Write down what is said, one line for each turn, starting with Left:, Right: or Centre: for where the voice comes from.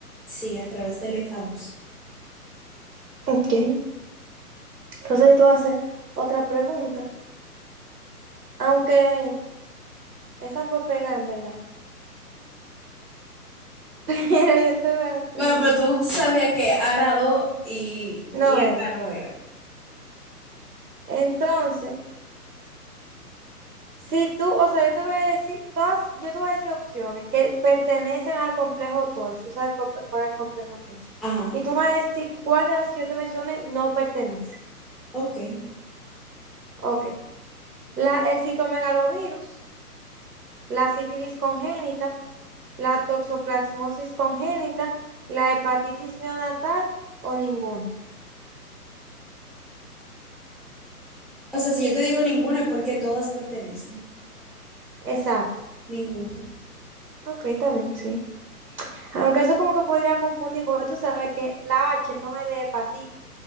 Centre: Sí, a través del ECAOS.
Right: Ok. Entonces tú haces otra pregunta. Aunque esa fue pegada en verdad. <laughs> Pero yo te voy a hacer pregunta.
Centre: Bueno, pero tú sabías que Arado y,
Right: No
Centre: y
Right: era.
Centre: ECA no era.
Right: Entonces, si tú, o sea, yo te voy a decir, todas, yo te voy a decir opciones que pertenecen al complejo torso. ¿Sabes cuál cuál el complejo torso?
Centre: Ajá,
Right: Y tú me vas a decir cuál de las que yo te mencioné no pertenece.
Centre: ok.
Right: Ok. La, el citomegalovirus, la sífilis congénita, la toxoplasmosis congénita, la hepatitis neonatal o ninguna.
Centre: O sea, si yo te digo ninguna es porque todas pertenecen.
Right: Exacto.
Centre: Ninguna.
Right: Ok, está bien, sí. Aunque eso como que podría confundir, porque tú sabes que la H no es de hepatitis.